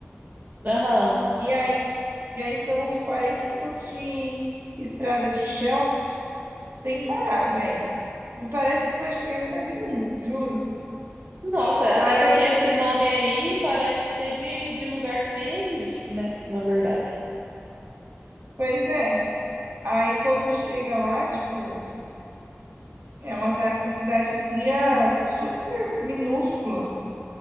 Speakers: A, on the right; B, on the right.
A: Aham.
B: E aí E aí são uns 40 minutos de estrada de chão sem parar, velho. Não parece que não vai chegar em lugar nenhum, juro.
A: Nossa,
B: Aí,
A: até porque esse nome aí parece ser de, de lugar que nem existe, né? Na verdade.
B: pois é. Aí quando chega lá, tipo, é uma sa- cidadezinha super minúscula.